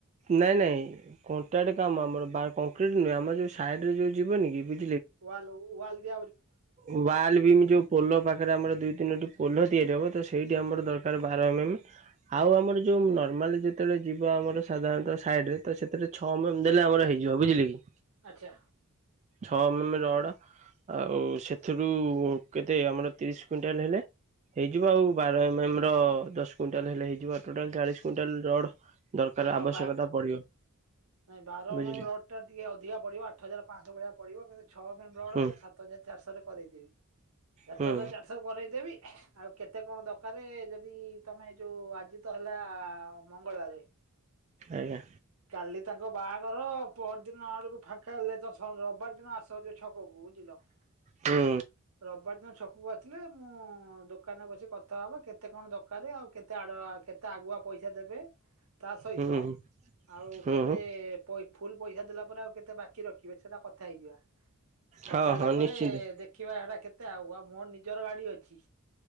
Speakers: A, on the right; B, on the right.
A: ନାଇଁ ନାଇଁ କଣ୍ଟାଟ କାମ ଆମର। ବା- କଂକ୍ରିଟ ନୁହେ ଆମ ଯୋଉ ସାଇଡରେ ଯୋଉ ଯିବନି କି ବୁ
B: ୱାଲ୍ କୁ ୱାଲ୍ ଦେ
A: ୱାଲ୍ ବିମ୍ ଯୋଉ ପୋଲ ପାଖରେ ଆମର ଦି ତିନୋଟି ପୋଲ ତିଆରି ହବ। ତ ସେଇଠି ଆମର ଦରକାର ବାର ଏମ ଏମ୍ ଆଉ ଆମର ଯୋଉ ନର୍ମାଲି ଯେତେବେଳେ ଯିବ ଆମର ସାଧାରଣତଃ ସାଇଡ୍ ରେ ତ ସେଥିରେ ଛଅ ଏମ୍ ଏମ୍ ଦେଲେ ଆମର ହେଇଯିବ ବୁଝିଲେ କି।
B: ଆଚ୍ଛା।
A: ଛଅମ ଏମ୍ ରଡ ଆଉ ସେଥିରୁ କେ ଆମର ତିରିଶ କୁଇଣ୍ଟଲ ହେଲେ ହେଇଯିବ ଆଉ ବାର ଏମ ଏମ ର ଦଶ କୁଇଣ୍ଟାଲ ହେଲେ ହେଇଯିବ ଟୋଟାଲ ଚାଳିଶ କୁଇଣ୍ଟାଲ ରଡ ଦରକାର
B: ଦେଖ
A: ଆବଶ୍ୟକତା
B: ବା
A: ପଡିବ।
B: ନାଇଁ ବାର
A: ବୁଝିଲେ
B: ରଡ ଟା ଟିକେ ଅଧିକା ପଡିବ ଆଠ ହଜାର ପାଞ୍ଚଶହ ବଳିଆ ପଡିବ କିନ୍ତୁ ଛଅ ବଡ
A: ହୁଁ
B: ମୁଁ ସାତ ହଜାର ଚାରିଷହରେ କରେଇ ଦେବି। ସାତ
A: ହୁଁ
B: ହଜାର ଚାରିଶହ ରେ କରେଇଦେବି। ଆଉ କେତେ କଣ ଦରକାର ଯଦି ତମେ ଏ ଯୋଉ ଆଜି ତ ହେଲା ମଙ୍ଗଳବାର।
A: ଆଜ୍ଞା।
B: କାଲି ତାଙ୍କ ବାହାଘର ପହର ଦିନ ଆଡକୁ ଫାଙ୍କା ହେଲେ ତ ରବିବାର ଦିନ ଆସ। ଛକକୁ ବୁଝିଲ
A: ହୁଁ
B: ରବିବାର ଦିନ ଛକକୁ ଆସିଲେ ମୁଁ ଦୋକାନରେ ବସି କଥା ହବ କେତେ କଣ ଦରକାର ଆଉ କେତେ ଆଡ କେତେ ଆଗୁଆ ପଇସା ଦେବେ? ତା ସହିତ
A: ହୁଁ
B: ଆଉ
A: ହୁଁ
B: କେତେ ପ ଫୁଲ ପଇସା ଦେଲା ପରେ ଆଉ କେତେ ବାକି ରଖିବେ ସେଟା କଥା ହେଇଯିବା। କଥା
A: ହଁ
B: ହେଲା
A: ହଁ
B: ପରେ
A: ନିଶ୍ଚିନ୍ତ
B: ଦେଖିବା ହେଟା କେତେ ଆଉ ଆଉ ମୋର ନିଜର ଗାଡି ଅଛି।